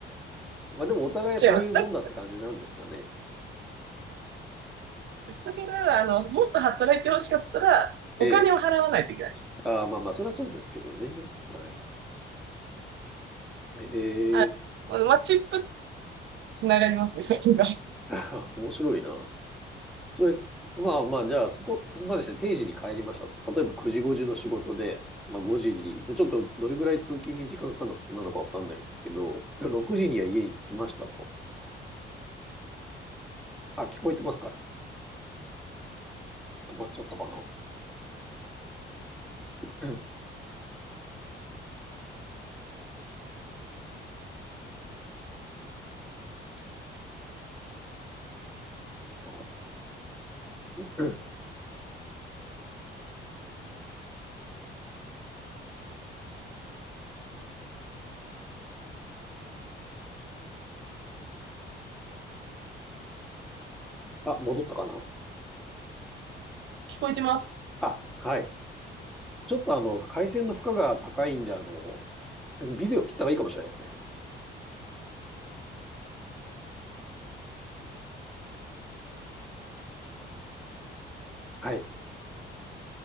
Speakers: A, in the centre; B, on the right.
A: まあでもお互いそういうもんだって感じなんですかね。
B: 違います。だから、あの、もっと働いてほしかったら、
A: ええ。
B: お金を払わないといけないです。
A: ああ、まあまあ、それはそうですけどね。はい。ええ。
B: あ、マッチップつながりますね、それが。
A: <laughs> 面白いな。それ、まあまあ、じゃあそこまでして定時に帰りました。例えば9時5時の仕事で、まあ5時に、ちょっとどれぐらい通勤に時間かかるの普通なのかわかんないんですけど、6時には家に着きましたと。あ、聞こえてますか止まっちゃったかなうんあら、うん。あ、戻ったかな
B: 聞こえてます。
A: あ、はい。ちょっとあの、回線の負荷が高いんで、あの、ビデオ切った方がいいかもしれないですね。はい。